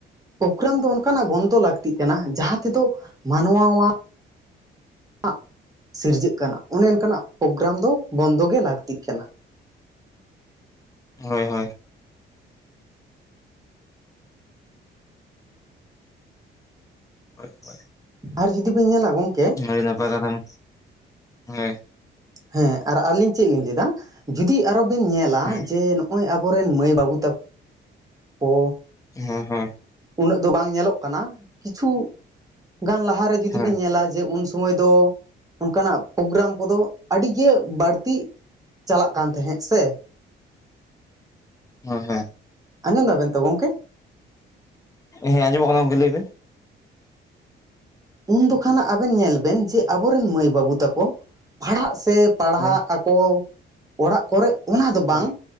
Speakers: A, on the right; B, on the left.
A: ᱯᱨᱳᱜᱨᱟᱢ ᱫᱚ ᱚᱱᱠᱟᱱᱟᱜ ᱵᱚᱱᱫᱚ ᱞᱟᱹᱠᱛᱤᱜ ᱠᱟᱱᱟ, ᱡᱟᱸᱦᱟᱸ ᱛᱮᱫᱚ ᱢᱟᱱᱣᱟ ᱟᱜ ᱟᱜ ᱥᱤᱨᱡᱟᱹᱜ ᱠᱟᱱᱟ ᱚᱱᱮ ᱚᱱᱠᱟᱱᱟᱜ ᱯᱨᱳᱜᱨᱟᱢ ᱫᱚ ᱵᱚᱱᱫᱚ ᱜᱮ ᱞᱟᱹᱠᱛᱤᱜ ᱠᱟᱱᱟ᱾
B: ᱦᱳᱭ ᱦᱳᱭ ᱟᱪᱪᱷᱟ
A: ᱟᱨ ᱡᱩᱫᱤ ᱵᱤᱱ ᱧᱮᱞᱟ ᱜᱚᱝᱠᱮ᱾
B: ᱟᱹᱰᱤ ᱱᱟᱯᱟᱭ ᱠᱟᱛᱷᱟᱢ, ᱦᱳᱭ
A: ᱦᱮᱸ ᱟᱨ ᱟᱹᱞᱤᱧ ᱪᱮᱫ ᱞᱤᱧ ᱞᱟᱹᱭᱫᱟ, ᱡᱩᱫᱤ ᱟᱨᱚ ᱵᱮᱱ ᱧᱮᱞᱟ
B: ᱦᱩᱸ
A: ᱡᱮ ᱱᱚᱜᱼᱚᱭ ᱟᱵᱚᱨᱮᱱ ᱢᱟᱹᱭ ᱵᱟᱹᱵᱩ ᱛᱟᱠᱚ ᱠᱚ,
B: ᱦᱮᱸ ᱦᱮᱸ
A: ᱩᱱᱟᱹᱜ ᱫᱚ ᱵᱟᱝ ᱧᱮᱞᱚᱜ ᱠᱟᱱᱟ, ᱠᱤᱪᱷᱩ ᱜᱟᱱ ᱞᱟᱦᱟᱨᱮ ᱡᱩᱫᱤ
B: ᱦᱳᱭ
A: ᱵᱮᱱ ᱧᱮᱞᱟ ᱡᱮ ᱩᱱ ᱥᱚᱢᱚᱭ ᱫᱚ ᱚᱱᱠᱟᱱᱟᱜ ᱯᱨᱳᱜᱨᱟᱢ ᱠᱚᱫᱚ, ᱟᱹᱰᱤ ᱜᱮ ᱵᱟᱹᱲᱛᱤ ᱪᱟᱞᱟᱜ ᱠᱟᱱ ᱛᱟᱦᱮᱸᱜ ᱥᱮ᱾
B: ᱦᱳᱭ ᱦᱮᱸ
A: ᱟᱸᱡᱚᱢ ᱫᱟᱵᱮᱱ ᱛᱚ ᱜᱚᱝᱠᱮ?
B: ᱦᱮᱸ ᱟᱡᱚᱢᱚᱜ ᱠᱟᱱᱟ ᱜᱚᱝᱠᱮ ᱞᱟᱹᱭ ᱵᱮᱱ?
A: ᱩᱱ ᱫᱚ ᱠᱷᱟᱱᱟᱜ ᱟᱵᱮᱱ ᱧᱮᱞ ᱵᱮᱱ ᱡᱮᱼᱼ ᱟᱵᱚᱨᱮᱱ ᱢᱟᱹᱭ ᱵᱟᱹᱵᱩ ᱛᱟᱠᱚ ᱯᱟᱲᱦᱟᱜ ᱥᱮ ᱯᱟᱲᱦᱟᱜ
B: ᱦᱳᱭ
A: ᱟᱠᱚ ᱚᱲᱟᱜ ᱠᱚᱨᱮᱼᱼ ᱚᱱᱟ ᱫᱚ
B: ᱦᱩᱸ
A: ᱵᱟᱝ